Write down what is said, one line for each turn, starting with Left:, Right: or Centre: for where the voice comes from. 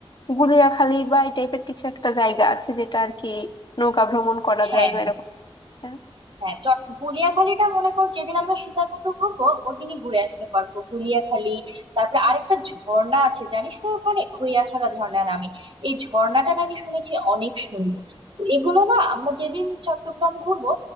Left: গুলিয়াখালী বা এই টাইপের কিছু একটা জায়গা আছে যেটা আর কি নৌকা ভ্রমণ করা
Right: হ্যাঁ
Left: যায় বা এরকম একটা
Right: হ্যাঁ চট গুলিয়াখালীটা মনে কর যেদিন আমরা সীতাকুণ্ড ঘুরবো ওদিনই ঘুরে আসতে পারবো গুলিয়াখালী তারপরে আরেকটা ঝর্ণা আছে জানিস তো ওখানে খৈয়াছড়া ঝর্ণা নামে এই ঝর্ণাটা নাকি শুনেছি অনেক সুন্দর তো এগুলো না আমরা যেদিন চট্টগ্রাম ঘুরবো